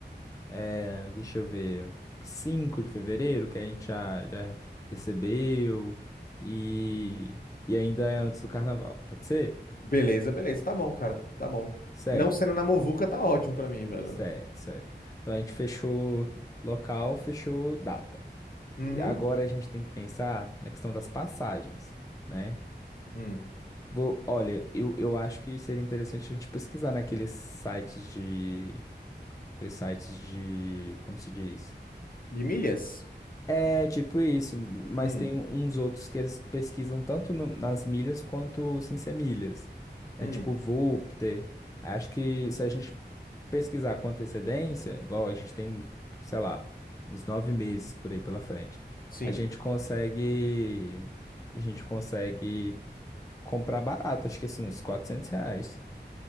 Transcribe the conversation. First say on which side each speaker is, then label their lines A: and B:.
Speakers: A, on the left; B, on the left.
A: É, deixa eu ver. cinco de fevereiro, que a gente já, já recebeu. E, e ainda é antes do carnaval. Pode ser?
B: Beleza, beleza. Tá bom, cara. Tá bom.
A: Certo,
B: Não sendo na Movuca tá ótimo pra mim, velho.
A: certo, certo. Então a gente fechou local, fechou data.
B: Uhum.
A: E agora a gente tem que pensar na questão das passagens, né?
B: Hum.
A: Vou, olha, eu, eu acho que seria interessante a gente pesquisar naqueles sites de. Aqueles sites de. Como se diz?
B: De milhas?
A: É tipo isso, mas
B: Hum.
A: tem uns outros que eles pesquisam tanto no- nas milhas quanto sem ser milhas. É
B: Hum.
A: tipo Voopter. Acho que se a gente pesquisar com antecedência, igual a gente tem, sei lá, uns nove meses por aí pela frente,
B: Sim.
A: a gente consegue, a gente consegue comprar barato, acho que assim, uns 400 reais.